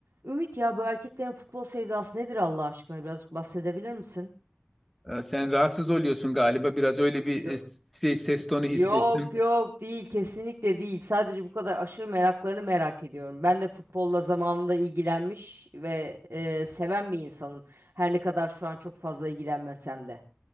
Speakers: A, on the right; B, in the centre.
A: Ümit ya bu erkeklerin futbol sevdası nedir Allah aşkına? Birazcık bahsedebilir misin?
B: Ee, Sen rahatsız oluyorsun galiba. Biraz öyle bir
A: Yo-
B: e, şey, ses tonu hissettim.
A: Yok yok değil kesinlikle değil. Sadece bu kadar aşırı meraklarını merak ediyorum. Ben de futbolla zamanında ilgilenmiş ve e, seven bir insanım. Her ne kadar şu an çok fazla ilgilenmesem de.